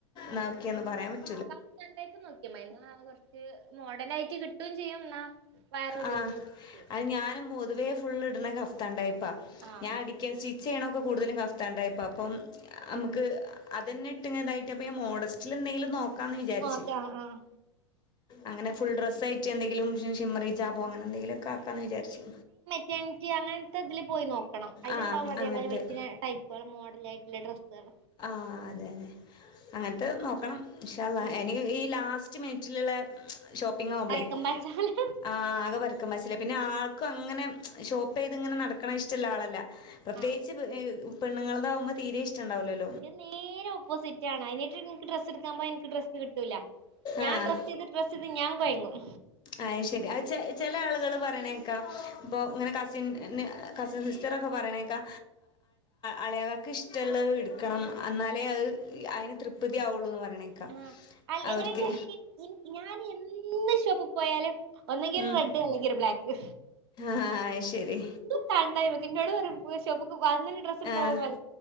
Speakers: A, on the left (about 30°); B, on the right (about 60°).
A: നോക്കിയെന്ന് പറയാം പറ്റ
B: ഫപ്പ് നോക്കിയമ്മ കുറച്ച് മോഡേൺ ആയിട്ട് കിട്ടുകയും ചെയ്യും എന്നാ വയറൊതുങ്ങി
A: ആഹ്‌
B: നിക്കും
A: അത് ഞാനും പൊതുവേ ഫുള്ള് ഇടണ കഫ്താണ്ടായിപ്പാ
B: ആഹ്
A: ഞാൻ ക്കസ്റ്റിച്ച് ചെയ്യണോക്കെ കൂടുതലും കഫത്താണ്ടായപ്പോ അപ്പം നമുക്ക് അത് തന്നെ ഇട്ടുതായിട്ട് അപ്പ മോഡസ്റ്റിൽ എന്തെങ്കിലും നോക്ക ക്കന്നവിചാരിച്ച്.
B: ഓക്കെ ആഹ് ആഹ്
A: അങ്ങനെ ഫുൾ ഡ്രസായിട്ട് എന്തെങ്കിലും ജാബോ അങ്ങനെന്തെങ്കിലൊക്കെ ആക്കാന്ന് വിചാച്ചു
B: ടെൻറ്റി അങ്ങനത്തെ ഇതിൽ പോയി നോക്കണം അതിലുണ്ടാവും
A: ആ
B: അതേപോലെ
A: അങ്ങനത്തെ
B: പറ്റണ ടൈപ്പുകൾ മോഡല ആയിട്ടുള്ള ഡ്രസ്സുകൾ
A: ആഹ്‌ അതെ അതെ അങ്ങനത്തെ നോക്കണം ഇൻഷാ അള്ളാ
B: ഉം
A: എനി ഈ ലാസ്റ്റ് റ്റ്മിനിറ്റിലുള്ള ഷോപ്പിംഗ കുമ്പളേ
B: എറക്കം പാച്ചാല്
A: ആഹ്‌ ആകെ പരക്കും പസ്സില്ല പിന്നെ ആൾക്കും അങ്ങനെ ഷോപ്പ് ചെയ്ത് ഇങ്ങനെ നടക്കണ ഇഷ്ടമുള്ള ആളല്ല പ്രത്യേകിച്ച്
B: ആഹ്
A: പണ്ണുങ്ങളൾാവുമ്പ തീരെ ഇഷ്ടണ്ടാവല്ലല്ലോ
B: നിന്റെ നേരെ ഓപ്പോസിറ്റ് ആണ് അതിനട്ട് നിനിക്ക് ഡ്രസ്സ് എടുക്കാൻ പോ എനിക്ക് ഡ്രസ്സ് കിട്ടൂല്ല ഞാൻ
A: ആഹ്
B: ഡ്രസ്സ് ചെയ്ത് ഡ്രസ്സ് ചെയ്ത് ഞാൻ കൊയങ്ങും
A: അയ് ശരി ആഹ്‌ ച ചില ആളുകൾ പറയണേക്കാ ഇപ്പൊ ഇങ്ങനെ കസി കസിൻ സിസ്റ്റർക്കെ പറയണേക്കാ അളയാൾക്ക് ഇഷ ഇഷ്ടമുള്ളത് എടുക്കണം എന്നാലേ അത് അതിന് തൃപ്തിയാവുള്ളൂ എന്ന് പറയണേ ക്ക.
B: ആഹ് അല്ല
A: അവർക്ക്
B: എങ്ങനെ വെച്ചാല് ഞാൻ എന്ന് ഷോപ്പിൽ പോയാലും ഒന്നെങ്കിൽ
A: ഉം
B: റെഡ് അല്ലെങ്കിൽ ബ്ലാക്ക്
A: ആഹ് അത് ശരി
B: ഇത് കണ്ട എന്നോട് പറയു പോയി ഷോപ്പിക്ക് പോവാ ഡ്രസ് എടുക്കാ
A: ആഹ്
B: പോൻ